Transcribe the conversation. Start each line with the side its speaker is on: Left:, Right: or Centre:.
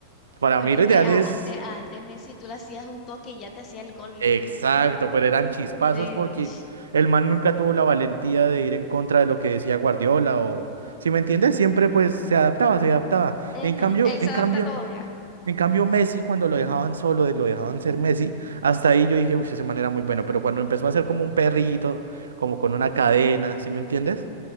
Right: Para
Left: Pero
Right: mí
Left: es
Right: lo
Left: que
Right: ideal
Left: a-
Right: es
Left: antes, antes Messi tú le hacías un toque y ya te hacía el gol él
Right: Exacto,
Left: mismo.
Right: pero eran chispazos
Left: Uy.
Right: porque el man nunca tuvo la valentía de ir en contra de lo que decía Guardiola o, si me entiendes, siempre pues se adaptaba, se adaptaba.
Left: Ujú,
Right: En cambio,
Left: Él
Right: en
Left: se adapta
Right: cambio,
Left: a todo ya.
Right: en cambio Messi cuando lo dejaban solo, de- lo dejaban ser Messi, hasta ahí yo dije, uy, ese man era muy bueno, pero cuando empezó a ser como un perrito, como con una cadena, ¿sí me entiendes?